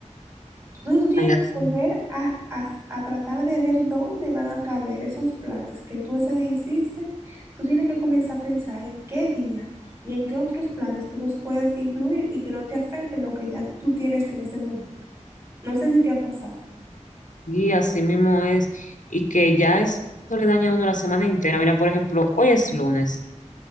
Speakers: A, on the right; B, on the left.
A: Entonces tú tienes
B: ay, así.
A: que volver a, a, a tratar de ver dónde van a caber esos planes que tú ese día hiciste. Tú tienes que comenzar a pensar en qué día y en qué otros planes tú los puedes incluir y que no te afecten lo que ya tú tienes en ese momento. No sé si te ha pasado.
B: Sí, así mismo es. Y que ya eso le daña a uno la semana entera. Mira, por ejemplo, hoy es lunes